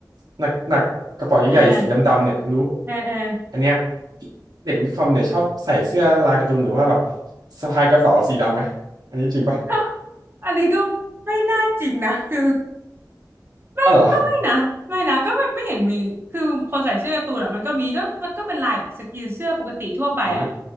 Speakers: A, on the right; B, on the right.
A: หนักหนักกระเป๋าใหญ่ๆสีดำๆเนี่ยรู้
B: เออเออเออ
A: อันเนี้ยเด็กวิทย์คอมเนี่ยชอบใส่เสื้อลายการ์ตูนหรือว่าแบบสะพายกระเป๋าสีดำไหมอันนี้จริงปะ
B: <laughs> อันนี้ก็ไม่น่าจริงนะคือไม่ก็ไม่นะไม่นะก็ไม่ไม่เห็นมีคือคนใส่เสื้อการ์ตูนอะมันก็มีก็มันก็เป็นลายแบบสกรีนเสื้อปกติทั่วไปอะ
A: อ้าวเหรออ๋อไม่